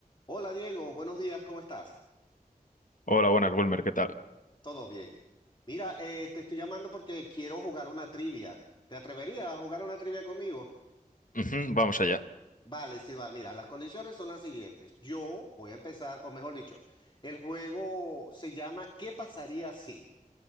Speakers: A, on the left; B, on the left.
A: Hola Diego, buenos días, ¿cómo estás?
B: Hola, buenas, Wilmer, ¿qué tal?
A: ¿Todo bien? Mira, eh, te estoy llamando porque quiero jugar una trivia. ¿Te atreverías a jugar una trivia conmigo?
B: Ujú, vamos allá.
A: Vale, sí va. Mira, las condiciones son las siguientes. Yo voy a empezar, o mejor dicho, el juego se llama ¿Qué pasaría si?